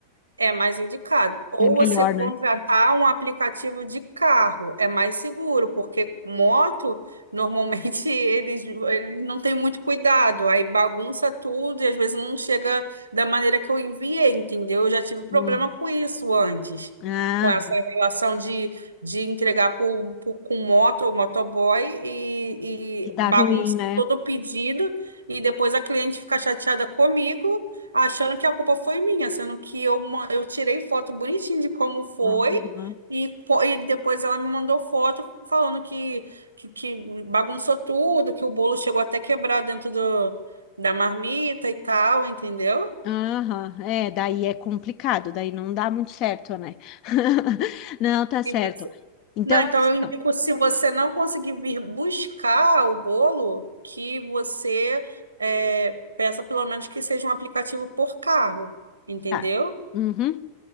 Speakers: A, on the right; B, on the left.
A: É mais indicado. Ou
B: é melhor,
A: você contratar
B: né?
A: um aplicativo de carro, é mais seguro, porque moto, normalmente <laughs> eles, eles não têm muito cuidado, aí bagunça tudo e às vezes não chega da maneira que eu enviei, entendeu? Eu já tive problema
B: Hum.
A: com isso antes,
B: Ah,
A: com essa relação de, de entregar por, por, com moto ou motoboy e,
B: E dá
A: e bagunça
B: ruim, né?
A: todo o pedido e depois a cliente fica chateada comigo achando que a culpa foi minha, sendo que eu, ma- eu tirei foto bonitinho de como foi.
B: Aham.
A: E, co- e depois ela me mandou foto falando que, que, que bagunçou tudo, que o bolo chegou até quebrar dentro do, da marmita e tal, entendeu?
B: Aham. É, daí é complicado, daí não dá muito certo, né? <laughs> Não, tá certo.
A: E você-
B: Então,
A: Não, então
B: assim,
A: eu indico,
B: ó,
A: se você não conseguir vir buscar o bolo, que você é, peça pelo menos que seja um aplicativo por carro, entendeu?
B: tá. Uhum.